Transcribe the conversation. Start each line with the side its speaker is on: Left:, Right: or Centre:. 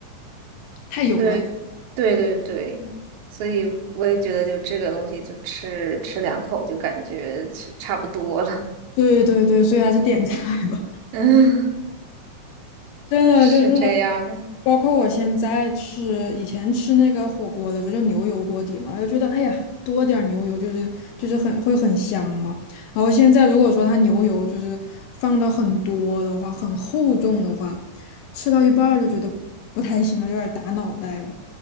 Left: 太油了。
Right: 对，对对对，所以我也觉得就这个东西就吃吃两口就感觉吃差不多了。<laughs>
Left: 对对对，所以还是点菜吧。
Right: 嗯，
Left: <laughs> 真的就是，
Right: 是这样的。
Left: 包括我现在吃，以前吃那个火锅的时候，就牛油锅底嘛，就觉得哎呀，多点儿牛油就是就是很会很香嘛。然后现在如果说它牛油就是放的很多的话，很厚重的话，吃到一半儿就觉得不太行了，有点儿打脑袋了。